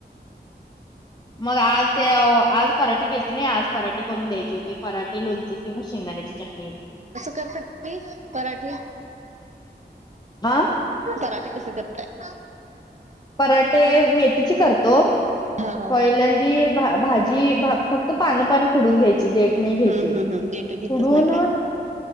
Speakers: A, on the left; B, on the right.
A: मग आज ते आज पराठे केल- आज पराठे करून द्यायचे होते, पराठे लोणचे किंवा शेंगदाण्याची चटणी.
B: ट पराठी <unintelligible>
A: आ..
B: पराठे कस करताय?
A: पराठे मेथीची करतो,
B: हा हा
A: पहिल्यांदी- भाजी <unintelligible> फक्त पानं पानं खुडून घ्यायची देठ नाही
B: हम्म
A: घ्यायचे,
B: हम्म हम्म डेट घेतच
A: खोडून
B: नाही काय